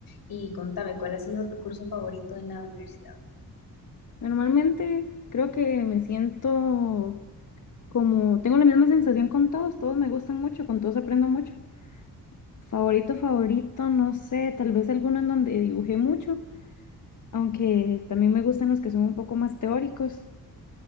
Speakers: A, on the left; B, on the left.
A: Y contame, ¿cuál ha sido tu curso favorito en la universidad?
B: Normalmente creo que me siento como, tengo la misma sensación con todos, todos me gustan mucho, con todos aprendo mucho. Favorito, favorito, no sé, tal vez alguno en donde dibujé mucho, aunque también me gustan los que son un poco más teóricos,